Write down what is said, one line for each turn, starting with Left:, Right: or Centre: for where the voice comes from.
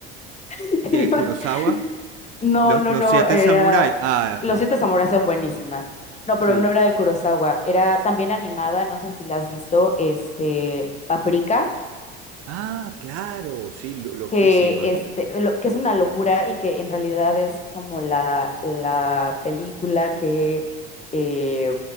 Left: <laughs>
Right: De Kurosawa,
Left: No,
Right: los
Left: no,
Right: los,
Left: no,
Right: siete
Left: era...
Right: samuráis. Ah,
Left: Los
Right: no.
Left: Siete Samuráis son buenísimas. No,
Right: Sí.
Left: pero no era de Kurosawa, era también animada, no sé si la has visto, este, Paprika,
Right: Ah, claro, sí, lo- loquísima.
Left: que, este, lo- que es una locura y que en realidad es como la, la película que, eh,